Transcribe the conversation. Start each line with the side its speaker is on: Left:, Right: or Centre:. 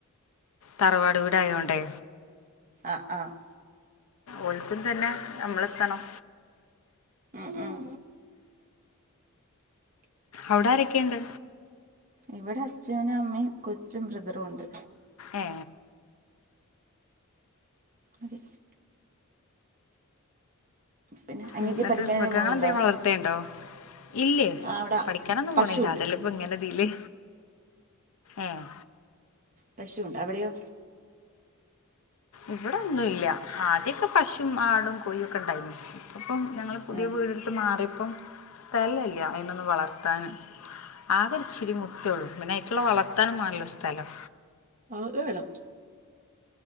Left: തറവാട് വീടായോണ്ടെ
Right: അ ആഹ്
Left: ഓൽക്കും തന്നെ നമ്മളെത്തണം
Right: ഉം ഉം
Left: അവ്ടെ ആരെക്കെണ്ട്
Right: ഇവിടെ അച്ഛനും അമ്മയും കൊച്ചും ബ്രദറുംണ്ട്
Left: ഏ
Right: അതെ പിന്നെ അനിയത്തി
Left: ഉം ഇന്ന്ട്ട്
Right: പഠിക്കാനും
Left: മൃഗങ്ങളെന്തേം
Right: പോകുന്നുണ്ടോ
Left: വളർത്തേണ്ടോ? ഇല്ലേ.
Right: ആ അവിടെ
Left: പഠിക്കാനൊന്നും
Right: പശുവുണ്ട്
Left: പോണില്ല അതെല്ലെപ്പൊ ഇങ്ങനെതീല് ഏഹ്
Right: പശുണ്ട്‌ അവിടെയോ
Left: ഇവടെ ഒന്നൂല്യ. ആദ്യൊക്കെ പശും ആടും കോയൊക്കെ ഇണ്ടായ്ന്നു. ഇപ്പം ഞങ്ങള് പുതിയ
Right: ഏ
Left: വീടെടുത്ത് മാറിയപ്പം സ്ഥലല്ല്യ അയ്നൊന്നും വളർത്താന്. ആകൊരിച്ചിരി മുറ്റൊള്ളു പിന്നെ അയ്ക്ക് വളർത്താനും മാണല്ലോ സ്ഥലം
Right: ആത് വേണം